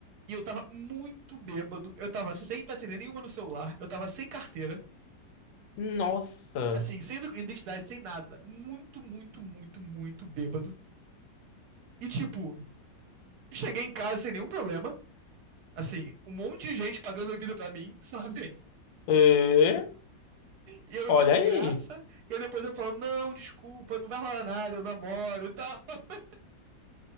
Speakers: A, on the right (about 65°); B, on the left (about 85°).
A: e eu tava muito bêbado, eu tava sem bateria nenhuma no celular, eu tava sem carteira.
B: Nossa.
A: assim, sem identidade, sem nada. Muito, muito, muito, muito bêbado. E, tipo, cheguei em casa sem nenhum problema. Assim, um monte de gente pagando bebida pra mim, <laughs> sabe?
B: É?
A: E eu
B: Olha
A: bebendo de
B: aí.
A: graça. E aí depois eu falo, não, desculpa, não vai rolar nada, eu namoro e tal. <laughs>